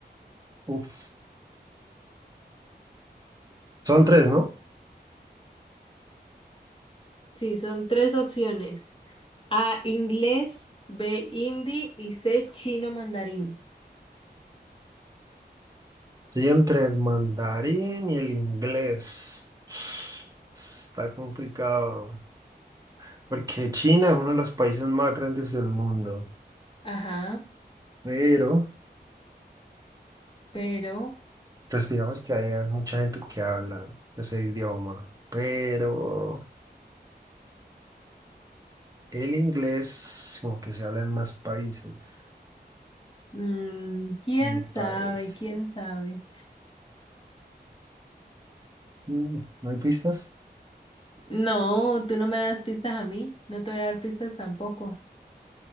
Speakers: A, on the right; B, on the left.
A: Uf. Son tres, ¿no?
B: Sí, son tres opciones. A, inglés, B, hindi y C, chino mandarín.
A: Sí, entre el mandarín y el inglés. Está complicado. Porque China es uno de los países más grandes del mundo.
B: Ajá,
A: Pero,
B: pero...
A: pues digamos que hay mucha gente que habla ese idioma. Pero... El inglés, como que se habla en más países,
B: Mm, ¿quién
A: me
B: sabe?
A: parece.
B: ¿Quién sabe?
A: Mm, ¿No hay pistas?
B: No, tú no me das pistas a mí, no te voy a dar pistas tampoco.